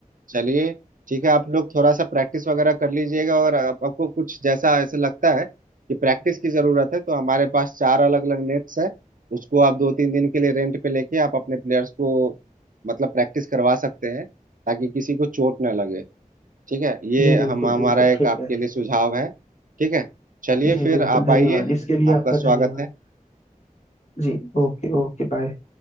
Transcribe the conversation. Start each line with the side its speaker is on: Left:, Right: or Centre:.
Right: चलिए ठीक है आप लोग थोड़ा सा प्रैक्टिस वगैरह कर लीजिएगा और आप, आपको कुछ जैसा ऐसा लगता है कि प्रैक्टिस की जरूरत है तो हमारे पास चार अलग अलग नेट्स है उसको आप दो तीन दिन के लिए रेंट पे लेके आप अपने प्लेयर्स को मतलब प्रैक्टिस करवा सकते हैं ताकि किसी को चोट ना लगे ठीक है ये
Left: जी बिल्कुल
Right: हम हमारा
Left: बिल्कुल
Right: एक
Left: ठीक
Right: आपके
Left: है
Right: लिए सुझाव है ठीक है चलिए
Left: जी
Right: फिर
Left: बिल्कुल
Right: आप
Left: धन्यवाद
Right: आइए
Left: इसके लिए
Right: आपका
Left: आपका
Right: स्वागत
Left: धन्यवाद
Right: है
Left: जी Okay okay bye